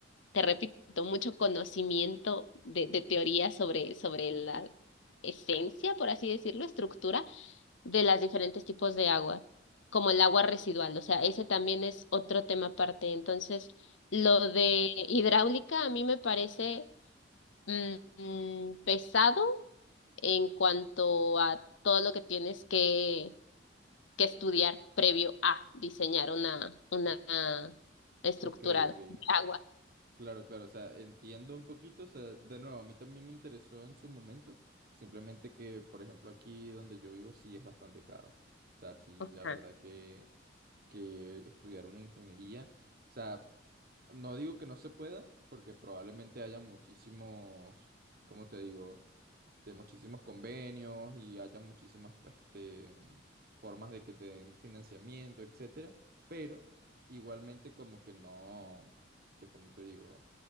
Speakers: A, on the left; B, on the right.
A: te repito, mucho conocimiento de, de teoría sobre, sobre la esencia, por así decirlo, estructura de las diferentes tipos de agua, como el agua residual, o sea, ese también es otro tema aparte. Entonces, lo de hidráulica a mí me parece mm, mm, pesado en cuanto a todo lo que tienes que, que estudiar previo a diseñar una, una estructura
B: Ok, ok.
A: de agua.
B: Claro, claro. O sea, entiendo un poquito. O sea, de nuevo, a mí también me interesó en su momento. Simplemente que, por ejemplo, aquí donde yo vivo sí es bastante caro. O sea, sí,
A: Ajá.
B: la verdad que, que estudiar una ingeniería. O sea, no digo que no se pueda, porque probablemente haya muchísimos, ¿cómo te digo? Este, muchísimos convenios y haya muchísimas, este, mm, formas de que te den financiamiento, etcétera. Pero igualmente como que no, este, ¿cómo te digo?